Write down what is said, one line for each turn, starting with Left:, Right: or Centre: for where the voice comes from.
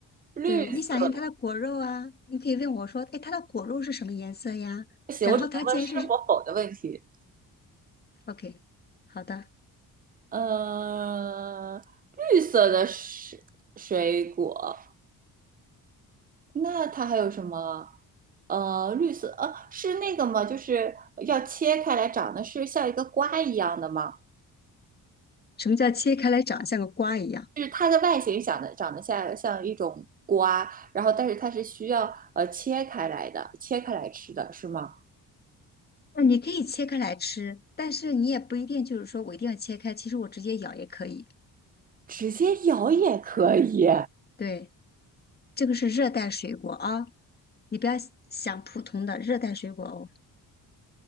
Right: 绿色。
Left: 对，你想一下它的果肉啊，你可以问我说，哎，它的果肉是什么颜色呀？
Right: 不行，
Left: 然后它既然是
Right: 我只能问是或否的问题。
Left: OK，好的。
Right: 呃，绿色的水水果，那它还有什么？呃，绿色，呃，是那个吗？就是要切开来长得是像一个瓜一样的吗？
Left: 什么叫切开来长像个瓜一样？
Right: 就是它的外形长得长得像像一种瓜，然后但是它是需要呃切开来的，切开来吃的是吗？
Left: 那你可以切开来吃，但是你也不一定就是说我一定要切开，其实我直接咬也可以。
Right: 直接咬也可以，
Left: 对，这个是热带水果啊，你不要想普通的热带水果哦。